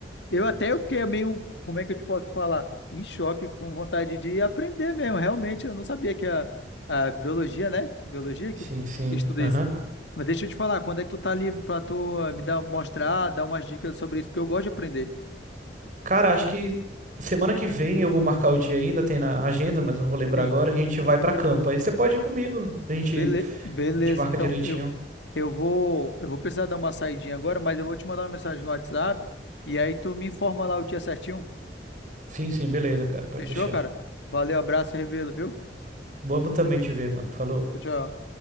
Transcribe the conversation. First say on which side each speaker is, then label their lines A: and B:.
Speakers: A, on the left; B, on the right.
A: Eu até eu fiquei meio. Como é que eu te posso falar? Em choque, com vontade de aprender mesmo. Realmente, eu não sabia que a, a biologia, né? Biologia
B: Sim,
A: que, que
B: sim.
A: estuda
B: Aham.
A: isso. Mas deixa eu te falar, quando é que tu tá livre pra tu eh, me dar, mostrar, dar umas dicas sobre isso? Porque eu gosto de aprender.
B: Cara, acho que semana que vem eu vou marcar o dia ainda, tem na agenda, mas não vou lembrar
A: Sim.
B: agora, que a gente vai pra campo. Aí você pode ir comigo. A gente,
A: Bele- beleza,
B: a gente marca
A: então
B: direitinho.
A: eu, eu vou eu vou precisar dar uma saidinha agora, mas eu vou te mandar uma mensagem no WhatsApp e aí tu me informa lá o dia certinho.
B: Sim, sim, beleza, cara. Pode
A: Fechou,
B: deixar.
A: cara? Valeu, abraço e revelo, viu?
B: Bom também te ver, mano. Falou.
A: Tchau, tchau.